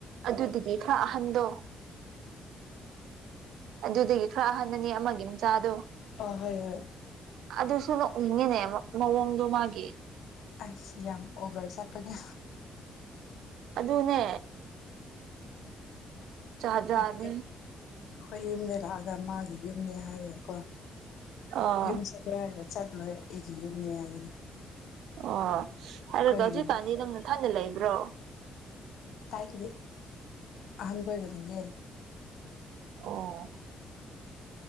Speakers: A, on the right; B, on the left.
A: ꯑꯗꯨꯗꯨꯒꯤ ꯈꯔ ꯑꯍꯟꯗꯣ ꯑꯗꯨꯗꯒꯤ ꯈꯔ ꯑꯍꯟꯅꯅꯤ ꯑꯃꯒꯤ ꯃꯆꯥꯗꯨ
B: ꯑꯥ ꯍꯣꯏ ꯍꯣꯏ
A: ꯑꯗꯨꯁꯨ <unintelligible> ꯎꯅꯤꯡꯉꯦꯅꯦ ꯃ ꯃꯑꯣꯡꯗꯣ ꯃꯥꯒꯤ
B: ꯑꯁ ꯌꯥꯝ ꯑꯣꯚꯔ ꯆꯠꯄꯅꯦ
A: ꯑꯗꯨꯅꯦ ꯖꯥꯠ ꯖꯥꯠꯅꯤ
B: <unintelligible> ꯑꯩꯈꯣꯏ ꯌꯨꯝꯗ ꯂꯥꯛꯑꯒ ꯃꯥꯒꯤ ꯌꯨꯝꯅꯦ ꯍꯥꯏꯔꯒꯀꯣ
A: ꯑꯥ
B: ꯌꯨꯝ <unintelligible> ꯆꯠꯂꯣꯏ ꯑꯩꯒꯤ ꯌꯨꯝꯅꯦ ꯍꯥꯏꯒꯅꯤ
A: ꯑꯣ
B: ꯑꯩꯈꯣꯏ
A: ꯑꯗꯨꯗꯣ ꯑꯗꯨꯀꯥꯟꯗꯤ ꯅꯪ ꯅꯊꯟꯗ ꯂꯩꯕ꯭ꯔꯣ
B: <unintelligible> ꯑꯍꯟꯕ ꯑꯣꯏꯅ <unintelligible>
A: ꯑꯣ